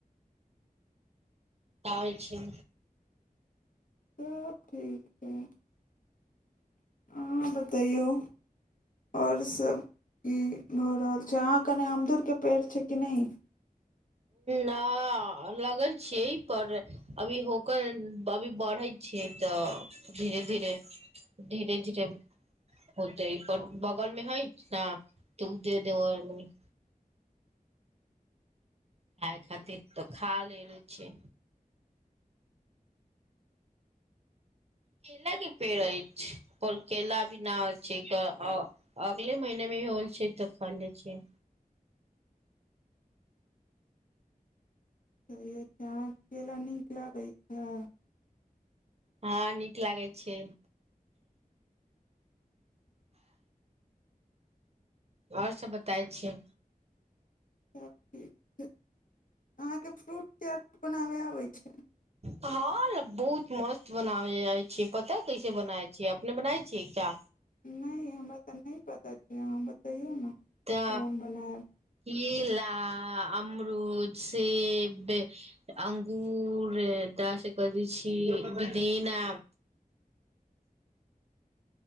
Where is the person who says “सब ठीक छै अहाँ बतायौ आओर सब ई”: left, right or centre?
Left